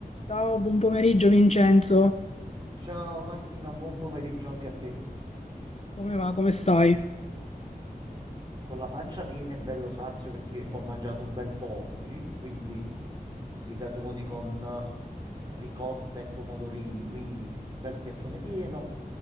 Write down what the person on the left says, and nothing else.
Ciao, buon pomeriggio Vincenzo.
Come va? Come stai?